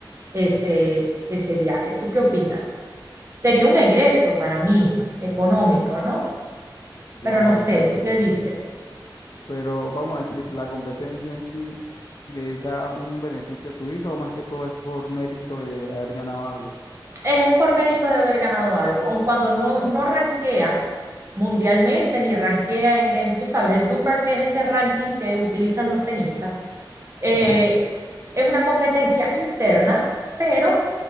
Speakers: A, on the right; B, on the left.
A: ese, ese viaje. ¿Tú qué opinas? Sería un egreso para mí económico, ¿no?
B: claro,
A: Pero no sé,
B: claro.
A: ¿tú qué dices?
B: Pero vamos a decir, la competencia en sí le da un beneficio a tu hija o más que todo es por mérito de haber ganado algo.
A: es por mérito de haber ganado algo, aun cuando no, no rankea mundialmente ni rankea en, en, tú sabes, el Duper, que es ese ranking que utilizan los tenistas. Eh,
B: Ujú.
A: es una competencia interna, pero